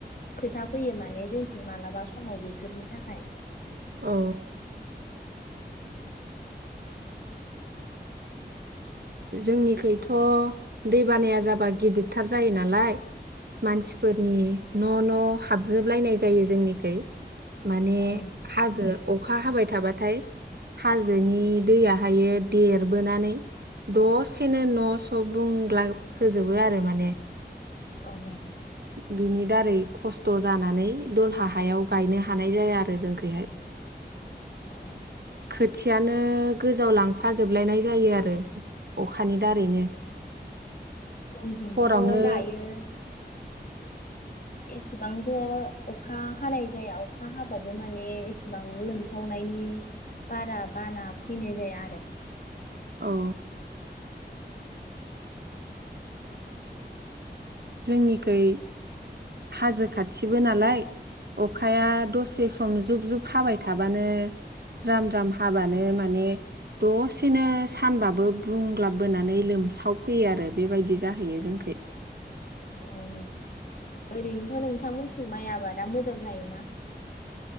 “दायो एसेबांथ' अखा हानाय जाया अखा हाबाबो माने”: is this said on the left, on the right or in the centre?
Left